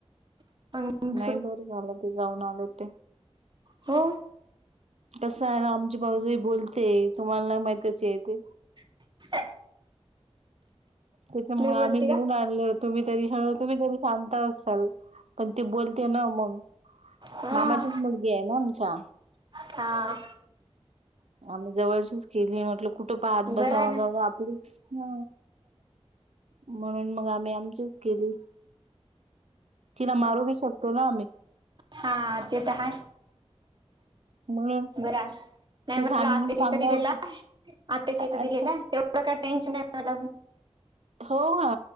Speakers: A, on the right; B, on the right.
A: ना मग
B: नाही बर झालं ते जाऊन आले ते
A: हम
B: कसं आहे ना आमचे बाऊजाई बोलते तुम्हाला माहितच आहे ते
A: ह
B: त्याच्यामुळे
A: बोलते
B: आम्ही नेऊन
A: का
B: आ तुम्ही तरी तुम्ही तरी सांगता असाल पण ते बोलते ना मग
A: हा
B: मामाचीच मुलगी आहे ना आमच्या
A: हा
B: आम्ही जवळचीच केली म्हटलं खूप तोपाात
A: बरं
B: बसवग
A: आहे ना
B: आपलीच ह म्हणून मग आम्ही आमचीच केली तिला मारू भी शकतो ना आमही
A: हा ते तर हा
B: म्हणून
A: बर नाही
B: ते
A: मला
B: सांग
A: आताची
B: सांगणार
A: इथं दिलेला आत्त्याचेथं
B: अच्छा
A: दिलेलं तेवढं काय टेन्शन आहे मला
B: हो का